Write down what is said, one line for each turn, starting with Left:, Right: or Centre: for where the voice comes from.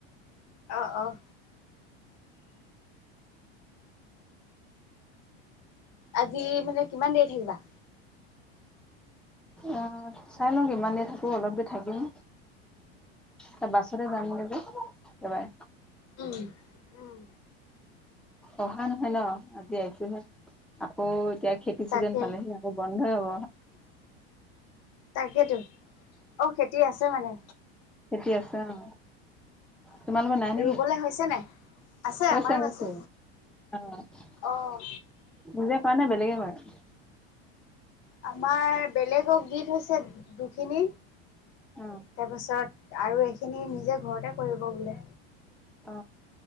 Left: অহ অহ আজি মানে কিমান দেৰি থাকিবা
Centre: আহ চাই লওঁ কিমান দে থাকো অলপ দে থাকিম ত বাছৰে যাম দিব এবাই
Left: উম উম,
Centre: অহা নহয় ন আজি আহিছোহে আকৌ এতিয়া খেতি চিজন
Left: তাকে
Centre: পালেহি আকৌ বন্ধই হ'ব
Left: তাকেইেতো অ খেতি আছে মানে
Centre: খেতি আছে অ তোমালোকৰ নাই নেকি
Left: ৰুবলৈ হৈছে নাই? আছে
Centre: কৈছো
Left: আমাৰো
Centre: কৈছে
Left: আছে।
Centre: অ নিজে
Left: অ',
Centre: কোৱা নে বেলেগে কয়?
Left: আমাৰ বেলেগক গীত হৈছে দুখিনি
Centre: অ
Left: তাৰপাছত- আৰু এইখিনি নিজে ঘৰতে কৰিব বোলে।
Centre: অ